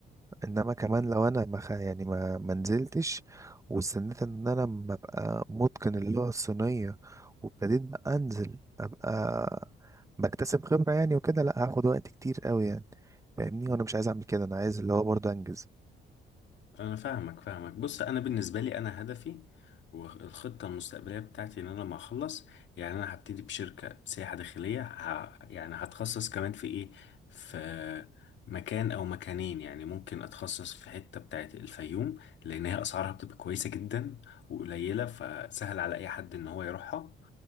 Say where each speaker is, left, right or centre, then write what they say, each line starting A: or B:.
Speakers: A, on the right; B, on the left.
A: انما كمان لو انا ما خ- يعني ما ما نزلتش واستنيت ان انا ما ابقى متقن اللغه الصينيه وابتديت بقى انزل ابقى بكتسب خبره يعني وكده لا هاخد وقت كتير قوي يعني فاهمني وانا مش عايز اعمل كده انا عايز اللي هو برضه انجز
B: انا فاهمك فاهمك بص انا بالنسبه لي انا هدفي والخطه المستقبليه بتاعتي ان انا لما اخلص يعني انا هبتدي بشركه سياحه داخليه ه... يعني هتخصص كمان في ايه في مكان او مكانين يعني ممكن اتخصص في حته بتاعت الفيوم لان هي اسعارها بتبقى كويسه جدا وقليله فسهل على اي حد ان هو يروحها